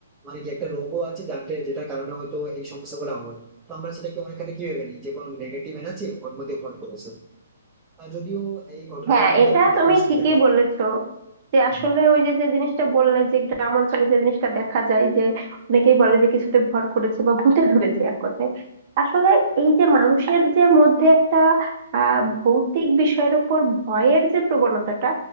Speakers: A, on the right; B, on the right.
A: মানে যে একটা রোগও আছে যাতে যেটার কারণে হয়তো এই সমস্যাগুলো হয় তো আমরা সেটাকে অনেক ক্ষেত্রে কি ভেবে নিই যে কোনো নেগেটিভ এনার্জি ওর মধ্যে ভর করেছে আর যদিও এই ঘটনাগুলো
B: হ্যাঁ
A: কিন্তু
B: এটা
A: এখন
B: তুমি
A: আমরা শুনতে
B: ঠিকই
A: পাই
B: বলেছো যে
A: হম
B: আসলে ওই যে যে জিনিসটা বললে যে গ্রাম অঞ্চলে যে জিনিসটা দেখা যায় যে অনেকেই বলে যে কিছুতে ভর করেছে বা ভূতে ধরেছে এক কথায় আসলে এই যে মানুষের যে মধ্যে একটা আহ ভৌতিক বিষয়ের উপর ভয়ের যে প্রবণতাটা